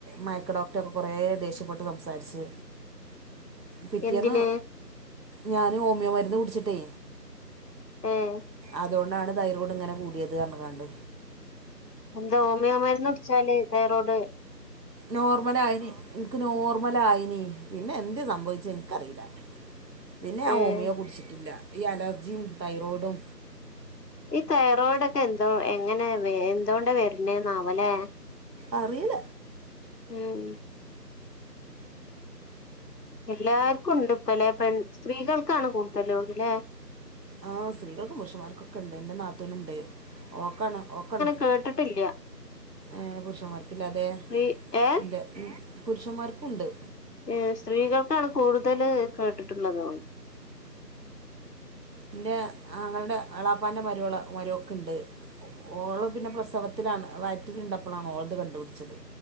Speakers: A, on the right; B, on the left.
A: മയക്ക് ഡോക്റ്റൊക്കെ കൊറേ ദേഷ്യപ്പെട്ട് സംസാരിച്ച് പിറ്റേന്ന്
B: എന്തിന്
A: ഞാന് ഓമിയോ മരുന്ന് കുടിച്ചിട്ടേ
B: ഏഹ്
A: അതോണ്ടാണ് തൈറോയ്ഡ്ങ്ങനെ കൂടിയെത്അർഞ്ക്കാണ്ട്
B: എന്താ ഹോമിയോമര്ന്നുട്ച്ചാല് തൈറോഡ്
A: നോർമലായിന് ഇൻക്ക് നോർമലായിനി പിന്നെന്തേ സംഭവിച്ചെ ഇൻക്കറീല പിന്ന ഞാൻ
B: ഏഹ്
A: ഓമിയോ കുടിച്ചിട്ടില്ല ഈ അലർജിയും തൈറോഡും
B: ഈ തൈറോയ്ഡൊക്കെ എന്തോ എങ്ങനെ എന്തോണ്ട വര്ണേന്നാവൊ ലേ
A: അറീല
B: ഉം എല്ലാര്ക്കുണ്ട്പ്പലേ പെൺ സ്ത്രീകൾക്കാണ് കൂടുതലോണ് ലേ
A: ആ സ്ത്രീകൾക്കും പുരുഷന്മാർക്കൊക്കെണ്ട് എന്റെ നാത്തൂന്ണ്ട് ഓക്കാണ് ഓക്കണ്
B: കേട്ട്ട്ട്ല്ല്യ
A: ഏഹ് പുരുഷന്മാർക്കില്ലാതേ..
B: സ്ത്രീ ഏഹ്
A: ന്റെ പുരുഷന്മാര്ക്കുണ്ട്
B: ഏ സ്ത്രീകൾക്കാണ് കൂടുതല് കേട്ടിട്ടുള്ളതോൺ
A: ന്റെ ആങ്ങളന്റെ എളാപ്പാന്റെ മരോളെ മരോക്ക്ണ്ട്, ഓള് പിന്നെ പ്രസവ ത്തിലാണ് വയറ്റില്ള്ളപ്പളാണ് ഓൾത് കണ്ടുപിടിച്ചത്